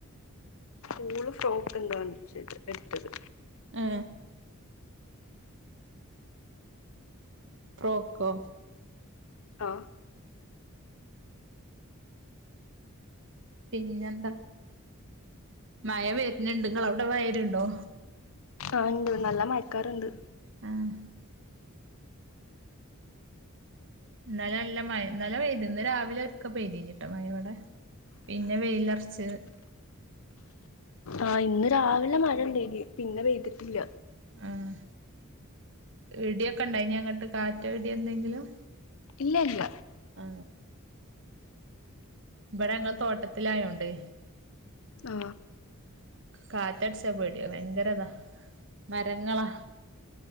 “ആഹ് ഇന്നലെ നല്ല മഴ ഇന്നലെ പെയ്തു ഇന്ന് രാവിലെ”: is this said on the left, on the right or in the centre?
Right